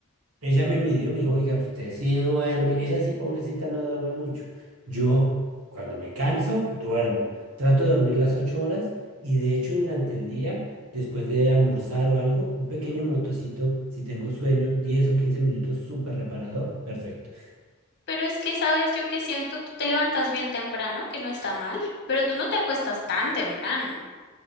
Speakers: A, on the right; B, on the left.
A: ella me midió, me dijo, oiga, usted sí duerme, ella sí, pobrecita, no duerme mucho. Yo, cuando me canso, duermo. Trato de dormir las ocho horas y de hecho durante el día, después de almorzar o algo, un pequeño motocito, si tengo sueño, 10 o 15 minutos, súper reparador, perfecto.
B: Pero es que sabes yo que siento, tú te levantas bien temprano, que no está mal, pero tú no te acuestas tan temprano.